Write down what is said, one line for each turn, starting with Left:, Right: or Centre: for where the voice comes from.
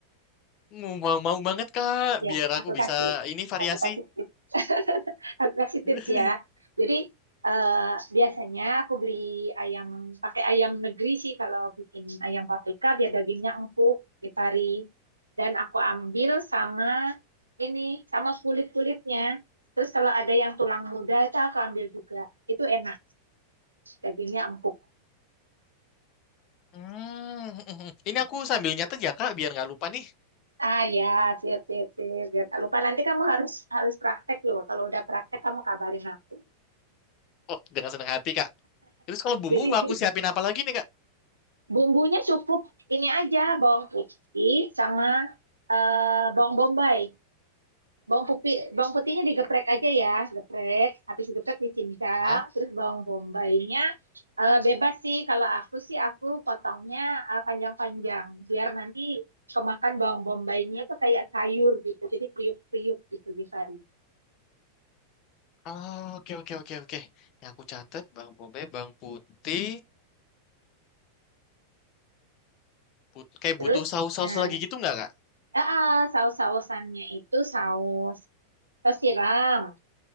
Left: Mau mau mau banget Kak,
Right: Ya,
Left: biar
Right: aku
Left: aku bisa
Right: kasih
Left: ini variasi.
Right: aku kasih tips. <laughs> Aku kasih tips
Left: <laughs>
Right: ya. Jadi eh, biasanya aku beli ayam pakai ayam negeri sih kalau bikin ayam paprika biar dagingnya empuk di Dan aku ambil sama ini sama kulit-kulitnya. Terus kalau ada yang tulang muda itu aku ambil juga. Itu enak, dagingnya empuk.
Left: Hmm, <laughs> ini aku sambil nyatet ya Kak, biar nggak lupa nih.
Right: Ah ya, sip sip sip. Biar tak lupa nanti kamu harus harus praktek loh. Kalau udah praktek kamu kabarin aku.
Left: Oh, dengan senang hati Kak. Terus kalau bumbu
Right: Jadi
Left: aku
Right: <laughs>
Left: siapin apa lagi nih Kak?
Right: Bumbunya cukup ini aja bawang putih sama eh, bawang bombay. Bawang putih, bawang putihnya digeprek aja ya, geprek. Habis digeprek dicincang,
Left: Hah?
Right: terus bawang bombaynya eh, bebas sih. Kalau aku sih aku potongnya eh, panjang-panjang biar nanti kemakan bawang bombaynya itu kayak sayur gitu. Jadi kriuk-kriuk gitu Givari.
Left: Oh, oke oke oke oke. Ini aku catat Bang Bobe, Bang Putih. But- kayak
Right: Terus
Left: butuh saus-saus
Right: nah,
Left: lagi gitu nggak kak?
Right: eh, eh, saus-sausannya itu saus saus tiram,